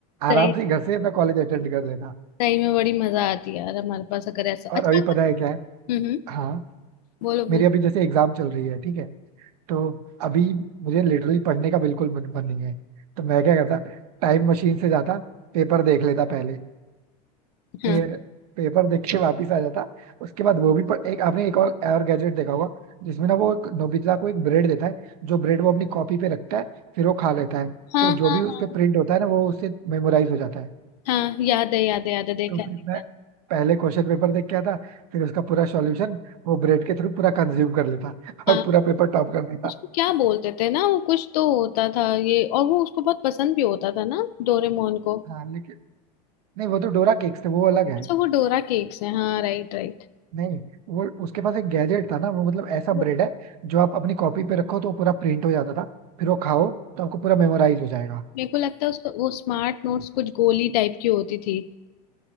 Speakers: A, on the left; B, on the right.
A: सही
B: आराम से घर से अपना कॉलेज अटेंड कर लेता
A: सही में बड़ी मजा आती है यार हमारे पास अगर ऐसा
B: और
A: अच्छा
B: अभी
A: अगर-
B: पता है क्या है
A: हम्म हम्म,
B: हाँ
A: बोलो
B: मेरी
A: बोलो
B: अभी जैसे एग्जाम चल रही है ठीक है तो अभी मुझे लिटरली पढ़ने का बिल्कुल मन मन नहीं है तो मैं क्या करता टाइम मशीन से जाता पेपर देख लेता पहले
A: हाँ
B: फिर पेपर देख के वापिस आ जाता उसके बाद वो भी पढ़, एक आपने एक और, और गैजेट देखा होगा जिसमें ना वो एक नोबिता को एक ब्रेड देता है जो ब्रेड वो अपनी कॉपी पे रखता है फिर वो खा लेता है
A: हाँ
B: तो जो
A: हाँ
B: भी उस पे प्रिंट होता है ना वो उससे मेमोराइज हो जाता है
A: हाँ याद है याद है याद है देखा
B: तो फिर
A: है देखा
B: मैं
A: है
B: पहले क्वेश्चन पेपर देख के आता फिर उसका पूरा सॉल्यूशन वो ब्रेड के थ्रू पूरा कंज्यूम कर लेता
A: हाँ
B: और पूरा पेपर टॉप कर देता
A: उसको क्या बोलते थे ना वो कुछ तो होता था ये और वो उसको बहुत पसंद भी होता था ना डोरेमोन को
B: हाँ लेकिन नहीं वो तो डोरा केक्स थे वो अलग है
A: अच्छा वो डोरा केक्स है हाँ राइट राइट
B: नहीं वो उसके पास एक गैजेट था ना वो मतलब ऐसा
A: वो
B: ब्रेड है जो आप अपनी कॉपी पे रखो तो पूरा प्रिंट हो जाता था फिर वो खाओ तो आपको पूरा मेमोराइज हो जाएगा
A: मेरे को लगता है उसका वो स्मार्ट नोट्स कुछ गोली टाइप की होती थी